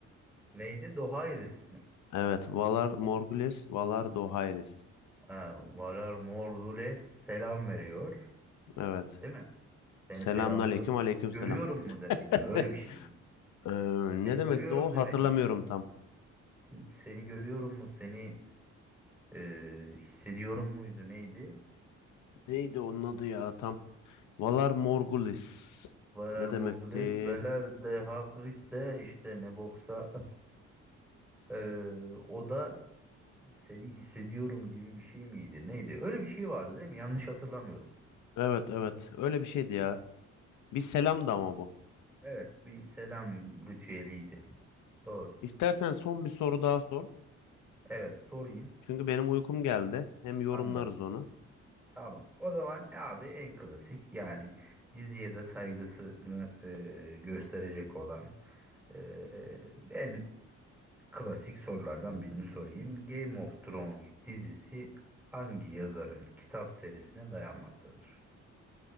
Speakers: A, in the centre; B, on the left.
A: Neydi? Dohaeris mi?
B: Evet, Valar Morghulis, Valar Dohaeris.
A: Ha, Valar Morghulis selam veriyor.
B: Evet.
A: Değil mi? Seni
B: Selamünaleyküm,
A: selamlıyor.
B: aleykümselam.
A: Görüyorum mu demek
B: <laughs>
A: mi? Öyle bir şey mi?
B: Ee,
A: Seni
B: ne demekti
A: görüyorum
B: o?
A: demek
B: Hatırlamıyorum
A: miydi?
B: tam.
A: Seni görüyorum mu? Seni e, hissediyorum muydu? Neydi?
B: Neydi onun adı ya tam? Valar Morghulis.
A: Valer
B: Ne demekti?
A: Mogules, Veler de Hagris de işte ne boksa <laughs> e, o da seni hissediyorum gibi bir şey miydi? Neydi? Öyle bir şey vardı değil mi? Yanlış hatırlamıyorum.
B: Evet evet öyle bir şeydi ya. Bir selam da ama bu.
A: Evet, bir selam ritüeliydi. Doğru.
B: İstersen son bir soru daha sor.
A: Evet, sorayım.
B: Çünkü benim uykum geldi. Hem yorumlarız
A: Anladım.
B: onu.
A: Tamam. O zaman e abi en klasik yani diziye de saygısını e, gösterecek olan ee, en Klasik sorulardan birini sorayım. Game of Thrones dizisi hangi yazarın kitap serisine dayanmaktadır?